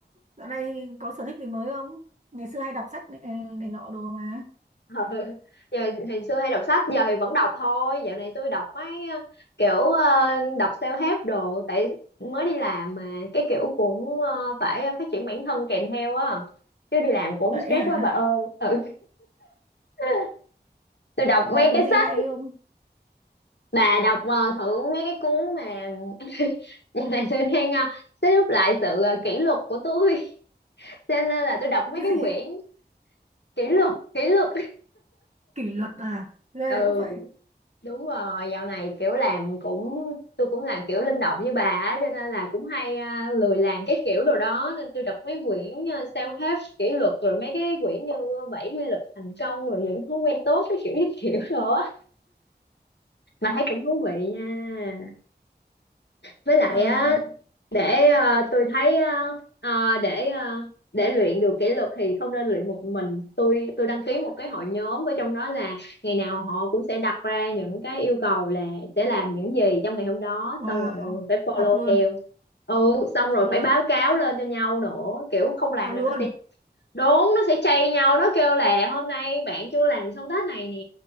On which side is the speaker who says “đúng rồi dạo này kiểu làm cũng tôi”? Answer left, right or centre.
Left